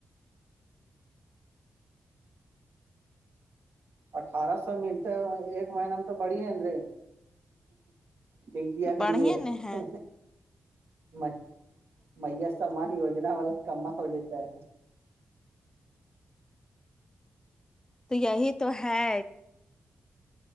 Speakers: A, on the right (about 60°); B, on the left (about 15°).
A: اٹھارہ سو ملتے ایک مہینہ میں تو بڑی ہے ن رے پنکیا کے
B: بڑھیا
A: لیے
B: ن ہے
A: ھھ میں میا سامان یوجنا والا کما ہو جاتتا ہے
B: تو یہی تو ہے